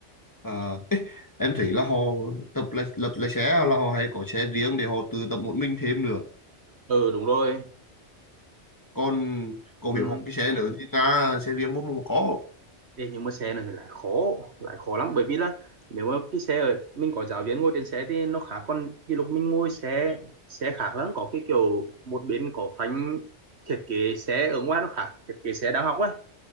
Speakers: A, on the left; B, on the right.
A: À. em thấy là họ tập là lập lái xe là họ hay có xe riêng để họ tự tập một mình thêm nữa
B: ừ đúng rồi
A: còn cậu
B: ừ.
A: hiểu học cái xe nữa thì ra xe riêng bố mà có
B: Ê, nhưng mà xe này thì lại khó lại khó lắm bởi vì là nếu mà cái xe ở mình có giáo viên ngồi trên xe thì nó khác còn cái lúc mình ngồi xe xe khác lắm có cái kiểu một bên có phanh thiết kế xe ở ngoài nó khác thiết kế xe đang học á